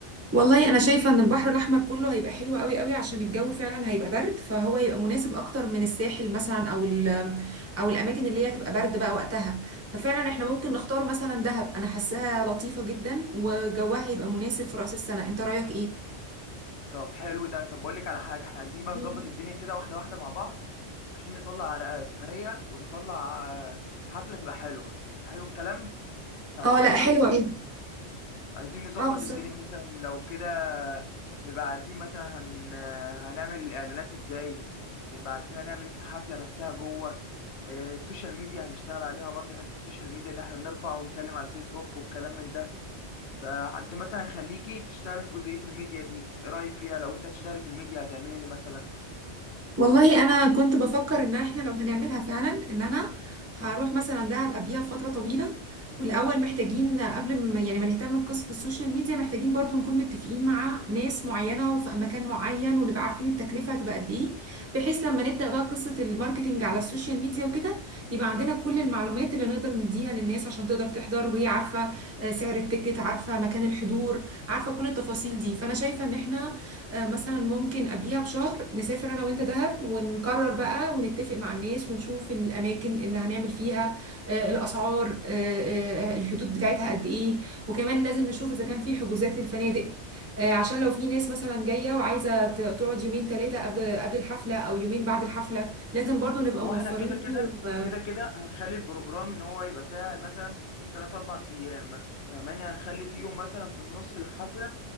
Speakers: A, on the right (about 15°); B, on the left (about 70°).
A: والله انا شايفة ان البحر الاحمر كله هيبقى حلو قوي قوي عشان الجو فعلا هيبقى برد فهو هيبقى مناسب اكتر من الساحل مثلا او ال او الاماكن اللي هي هتبقى برد بقى وقتها ففعلا احنا ممكن نختار مثلا دهب انا حاساها لطيفة جدا وجوها هيبقى مناسب في رأس السنة انت رأيك ايه
B: طب حلو ده طب بقول لك على حاجه احنا عايزين بقى
A: مم.
B: نظبط الدنيا كده واحده واحده مع بعض عشان نطلع على سفريه ونطلع حفله تبقى حلوه حلو الكلام عايزين
A: اه لا
B: نشوف
A: حلوة قوي
B: عايزين نظبط
A: اه بالظبط
B: الدنيا مثلا لو كده نبقى عارفين مثلا هن... هنعمل الاعلانات ازاي نبقى عارفين هنعمل ايه في الحفله نفسها جوه إيه، السوشيال ميديا هنشتغل عليها برضه حته السوشيال ميديا اللي احنا نرفع ونتكلم على الفيسبوك والكلام من ده فانت مثلا خليكي تشتغل في جزئيه الميديا دي ايه رايك فيها لو انت تشتغل في الميديا هتعملي ايه مثلا
A: والله انا كنت بفكر ان احنا لو هنعملها فعلا ان انا هروح مثلا دهب قبليها فتره طويله والاول محتاجين قبل ما يعني ما نهتم بقصه السوشيال ميديا محتاجين برضو نكون متفقين مع ناس معينه وفي مكان معين ونبقى عارفين التكلفه هتبقى قد ايه بحيث لما نبدا بقى قصه الماركتينج على السوشيال ميديا وكده يبقى عندنا كل المعلومات اللي نقدر نديها للناس عشان تقدر تحضر وهي عارفه آه، سعر التيكت عارفه مكان الحضور عارفه كل التفاصيل دي فانا شايفه ان احنا آه، مثلا ممكن قبليها بشهر نسافر انا وانت دهب ونقرر بقى ونتفق مع الناس ونشوف الاماكن اللي هنعمل فيها آه، الاسعار آه، آه، الحدود بتاعتها قد ايه وكمان لازم نشوف اذا كان في حجوزات للفنادق آه، عشان لو في ناس مثلا جايه وعايزه ت- تقعد يومين ثلاثه قبل قبل الحفله او يومين بعد الحفله لازم برضو نبقى
B: هو
A: موفرين
B: احنا كده كده
A: لهم آه،
B: كده كده هنخلي البروجرام ان هو يبقى فيها مثلا تلات اربع ايام مثلا فاهماني هنخلي في يوم مثلا في النص الحفله